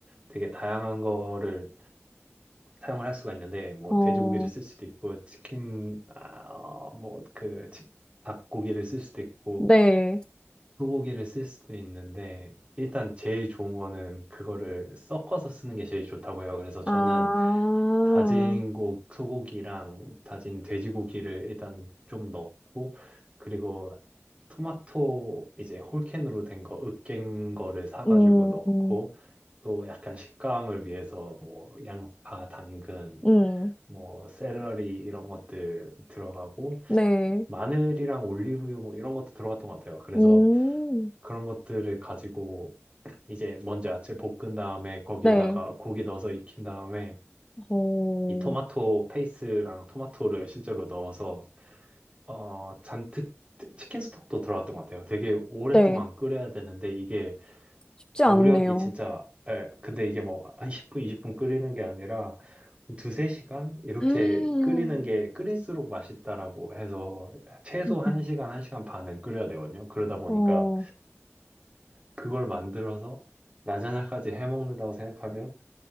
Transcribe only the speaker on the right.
되게 다양한 거를 사용을 할 수가 있는데 뭐
돼지고기를 쓸 수도 있고 치킨 아, 뭐그 닭고기를 쓸 수도 있고
소고기를 쓸 수도 있는데 일단 제일 좋은 거는 그거를 섞어서 쓰는 게 제일 좋다고요. 그래서 저는
다진 고 소고기랑 다진 돼지고기를 일단 좀 넣고 그리고 토마토 이제 홀캔으로 된 거 으깬 거를 사가지고
넣고 또 약간 식감을 위해서 뭐 양파, 당근,
뭐 샐러리 이런 것들 들어가고
마늘이랑 올리브유 뭐 이런 것도 들어갔던 것 같아요. 그래서
그런 것들을 가지고 이제 먼저 야채 볶은 다음에 거기에다가
고기 넣어서 익힌 다음에
이 토마토 페이스랑 토마토를 실제로 넣어서 어 잔뜩 치- 킨 스톡도 들어갔던 것 같아요. 되게 오랫동안
끓여야 되는데 이게
노력이
진짜 예, 근데 이게 뭐 한 10분, 20분 끓이는 게 아니라 한 두세 시간 이렇게
끓이는 게 끓일수록 맛있다라고 해서 최소
한시간한시간 반은 끓여야 되거든요. 그러다 보니까
그걸 만들어서 라자냐까지 해먹는다고 생각하면